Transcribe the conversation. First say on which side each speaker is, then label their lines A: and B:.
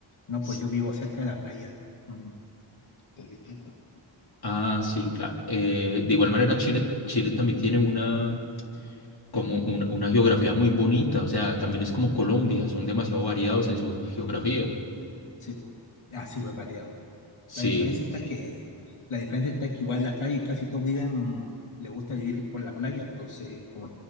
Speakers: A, on the left (about 85°); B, on the left (about 50°).
A: No,
B: S-
A: pues yo vivo cerca de la playa. Mm, Es distinto.
B: Ah, sí, claro. Eh, de igual
A: Sí,
B: manera, Chile, Chile también tiene una, como una, una geografía muy bonita. O sea, también es como Colombia, son demasiado variados en su geografía.
A: sí, pues. Ah, sí, pues variado.
B: Sí.
A: La diferencia está que, la diferencia está que igual en la calle casi todos viven, les gusta vivir por la playa, entonces, como